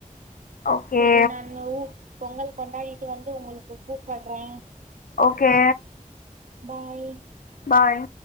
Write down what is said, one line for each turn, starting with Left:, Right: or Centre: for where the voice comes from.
Left: ஓகே
Right: சேரி நானு பொங்கல் கொண்டாடிட்டு வந்து உங்களுக்கு கூப்பட்றே
Left: ஓகே
Right: பாய்
Left: பாய்